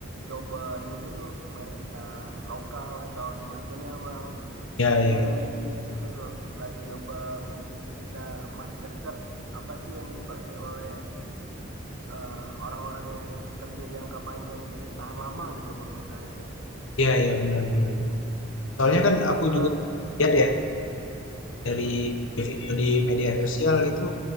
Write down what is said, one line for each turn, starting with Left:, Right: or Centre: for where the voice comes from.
Right: coba ini dulu merekan lokal atau semacamnya Bang.
Left: Iya
Right: Jadi
Left: iya.
Right: ada medianya dulu selagi Abang ini kita market search apa sih yang dipakai oleh eh, orang-orang yang kerja jangka panjang yang bisa tahan lama gitu permen karetnya.
Left: Iya iya benar benar benar. Soalnya kan aku
Right: Oh,
Left: juga lihat ya dari
Right: iya
Left: video di media sosial itu